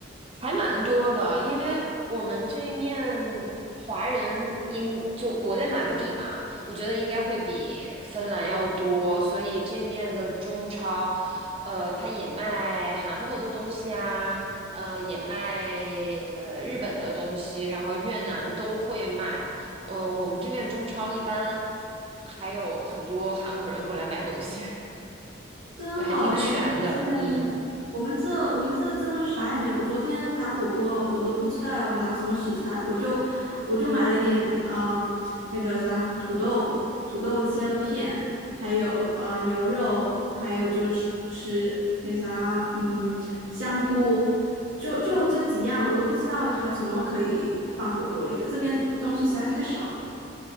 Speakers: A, on the right (about 30°); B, on the right (about 85°).
A: 还蛮多的，因为我们这一面华人应就我在马德里嘛，我觉得应该会比芬兰要多，所以这面的中超，呃，它也卖韩国的东西啊，呃，也卖呃日本的东西，然后越南都会卖，呃，我们这面中超一般还有很多韩国人过来买东西，<laughs>
B: 真好哎，
A: 就还挺全的，
B: 好羡慕！
A: 嗯，
B: 我们这我们这真的啥也没有。我昨天打火锅，我都不知道要拿什么食材，我就我就买了点呃那个啥土豆，土豆切了片，还有呃牛肉，还有就是那啥嗯香菇，就就这几样，我都不知道还有什么可以放火锅里的。这边东西实在太少了，